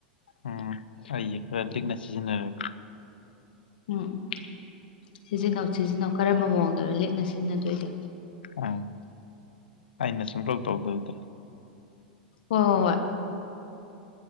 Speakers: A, on the left; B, on the left.
A: ꯎꯝ ꯐꯩꯌꯦ ꯈꯔ ꯂꯤꯛꯅ ꯁꯤꯖꯤꯟꯅꯔꯒ
B: ꯎꯝ ꯎꯝ ꯁꯤꯖꯤꯟꯅꯧ ꯁꯤꯖꯤꯟꯅꯧ ꯀꯔꯝꯕ ꯃꯑꯣꯡꯗꯅꯣ ꯂꯤꯛꯅ ꯁꯤꯖꯤꯟꯅꯗꯣꯏꯁꯦ
A: ꯑꯥ ꯑꯩꯅ ꯁꯨꯡꯇꯧ ꯇꯧꯗꯣꯗꯕꯗꯣ
B: ꯍꯣꯏ ꯍꯣꯏ ꯍꯣꯏ